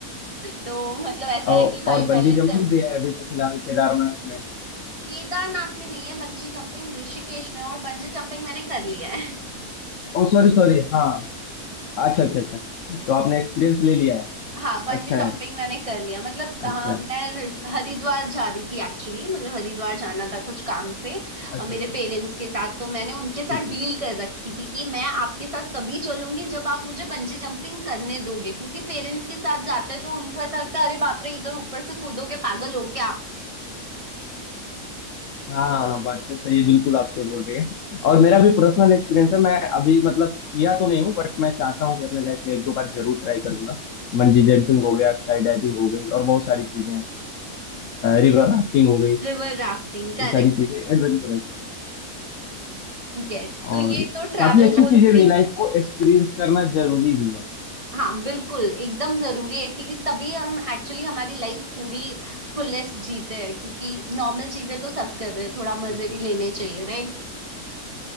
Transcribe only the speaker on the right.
तो मतलब ऐसा
है कि भाई
पहले
से
केदारनाथ में नहीं है बंजी जंपिंग ऋषिकेश में और बंजी जंपिंग मैंने कर लिया है
हाँ बंजी
जंपिंग
मैंने कर लिया मतलब
हाँ
मैं हरिद्वार जा रही थी एक्चुअली मुझे हरिद्वार जाना था कुछ काम से
और मेरे
पेरेंट्स के साथ तो मैंने उनके साथ
डील कर रखी थी कि मैं आपके साथ तभी चलूंगी जब आप मुझे बंजी जंपिंग करने दोगे क्योंकि पेरेंट्स के साथ जाते तो उनको ऐसा लगता है अरे बाप रे इधर ऊपर से कूदोगे पागल हो क्या
River rafting
correct
यस तो
ये तो ट्रैवल
गोल्स
भी
हाँ बिल्कुल एकदम जरूरी है क्योंकि तभी हम एक्चुअली हमारी लाइफ पूरी फुलेस्ट जीते हैं क्योंकि नॉर्मल चीजें तो सब कर रहे हैं थोड़ा मजे
भी लेने चाहिए राइट